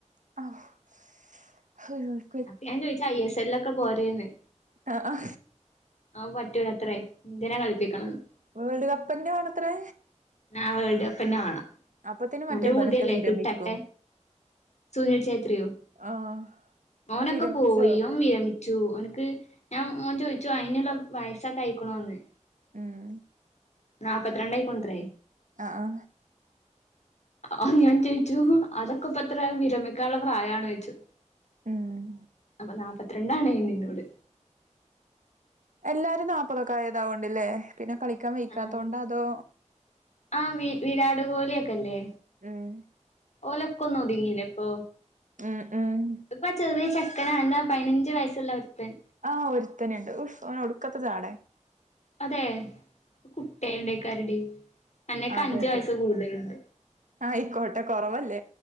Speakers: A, on the right; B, on the left.
A: അഹ്
B: ഞാൻ ചോദയിച്ച ഐ എസ് എല്ലൊ ക്കെ പോരേന്ന്
A: ആ ഹ്
B: ആ പറ്റൂല അത്രേ ഇന്ത്യ നെ കളിപ്പിക്കണന്ന്
A: വേൾഡ് കപ്പ്ന്നെ വേണത്രേ
B: ആ വേൾട് കപ്പന്നെ വാണം
A: അപ്പത്തിന് മറ്റേ
B: ഓന്റെ
A: ഇബനൊക്കെ
B: പൂതിയല്ലേ
A: വിരമിക്കും
B: കിട്ടട്ടെ സുനിൽ ഛേത്രിയോ
A: ആഹ്
B: ഓനൊക്കെ
A: ഓൻ വിരമിച്ചോ
B: പോയി ഓൻ വിരമി ഓന്ക്ക് ഞാ ഓൻ ചോയിച്ചു അയ്ന്ള്ള വയസ്സൊക്കായിക്കിണോന്ന്.
A: ഉം
B: നാപ്പത്ത് രണ്ടായിക്ക്ണൂത്രേ.
A: ആഹ്.
B: ആഹ് ഞാൻ ചോയിച്ചു അതൊക്കെ ഇപ്പെത്ര വിരമിക്കാള്ള പ്രായാണോയിച്ചു.
A: ഉം.
B: അപ്പ നാപ്പത്തിരണ്ടാണേന്നിന്നോട്.
A: എല്ലാരും നാപ്പതൊക്കായാ ഇതാവേണ്ടല്ലേ പിന്നെ കളിക്കാൻ വെയ്ക്കാത്തോണ്ട്
B: ആഹ്
A: അതോ
B: ആഹ് വീ വിരാട് കോലി ഒക്കെല്ലേ
A: ഉം.
B: ഓലൊക്കൊന്നൊതുങ്ങില്ലേപ്പോ.
A: ഉം ഉം.
B: ഇപ്പൊ ആ ചെറിയ ചെക്കനാ എന്താ പയിനഞ്ച് വയസ്സ്ള്ള ഒര്ത്തൻ.
A: ആഹ് ഒരുത്തന്ണ്ട് ഉഫ് ഓന് ഒട്ക്കത്ത ജാടേ
B: അതെ കുട്ട്യായോണ്ടേക്കാരെടി അന്നേക്കാ
A: അതെ
B: അഞ്ച്
A: അതെ
B: വയസ്സ് കൂട്തല്ണ്ട്.
A: ആയിക്കോട്ടെ കൊറവല്ലേ.